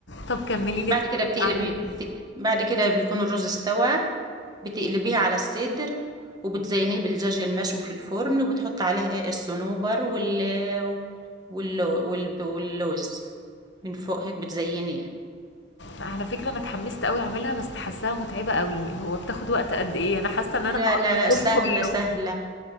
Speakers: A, on the left; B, on the right.
A: طب كملي لي
B: بعد
A: طيب
B: كده بتقلبي
A: اعمل ايه
B: بت... بعد كده بيكون الرز استوى بتقلبيها على الصدر وبتزينيه بالدجاج المشوي في الفرن وبتحط عليه ايه الصنوبر وال... وال... وال... واللوز من فوق هيك بتزينيه
A: على فكره انا اتحمست قوي اعملها بس حاساها متعبه قوي هو بتاخد وقت قد ايه انا حاسه ان
B: لا
A: انا هقضي
B: لا
A: <laughs>
B: لا
A: اليوم
B: سهلة
A: كله
B: سهلة